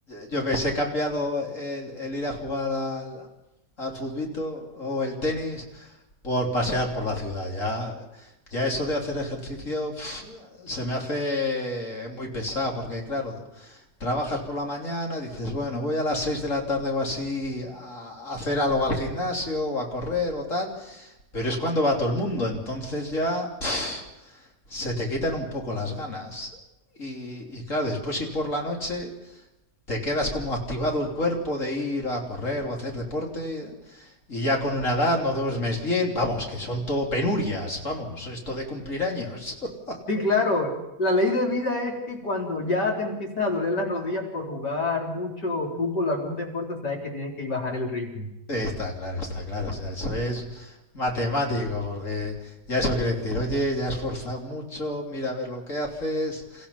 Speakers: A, on the left (about 50°); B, on the left (about 85°).
A: yo ves, he cambiado el, el ir a jugar al, al futbito o el tenis por pasear por la ciudad. Ya, ya eso de hacer ejercicio pf, se me hace muy pesado porque, claro, trabajas por la mañana, dices, bueno, voy a las 6 de la tarde o así a a hacer algo al gimnasio o a correr o tal, pero es cuando va todo el mundo, entonces ya pf, se te quitan un poco las ganas. Y, y claro, después ir por la noche te quedas como activado el cuerpo de ir a correr o a hacer deporte y ya con una edad no duermes bien, vamos, que son todo penurias, vamos, esto de cumplir años. <laughs>
B: Sí, claro. La ley de vida es que cuando ya te empiezan a doler las rodillas por jugar mucho fútbol o algún deporte, sabes que tienes que bajar el ritmo.
A: Está claro, está claro, o sea, eso es matemático, porque ya eso quiere decir, oye, ya has forzado mucho, mira a ver lo que haces,